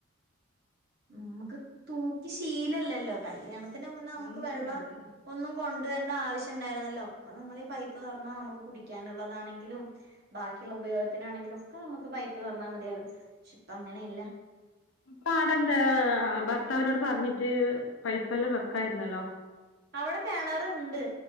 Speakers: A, on the right; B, on the left.
A: നമുക്ക് തൂക്കി ശീലല്ലല്ലോ കല്യാ ത്തിന് മുന്നേ
B: ശീലല്ല
A: നമുക്ക് വെള്ളം
B: അതന്നെ.
A: ഒന്നും കൊ കൊവരേണ്ട ആവശ്യം ഉണ്ടായിരുന്നല്ലോ ഒക്കെ നമ്മൾ ഈ പൈപ്പ് തുറന്നാ നമുക്ക് കുടിക്കാനുള്ളതാണെങ്കിലും ബാക്കിയുള്ള ഉപയോഗത്തിനാണെങ്കിലും ഒക്കെ നമുക്ക് പൈപ്പ് തുറന്നാൽ മതിയായിരുന്നു പക്ഷെ ഇപ്പ അങ്ങനെയല്ല
B: അപ്പൊ അടെ എന്താ ഭർത്താവിനോട് പറഞ്ഞിട്ട് പൈപ്പെല്ലാം വെക്കായിരുന്നല്ലോ
A: അവിടെ കിണറുണ്ട്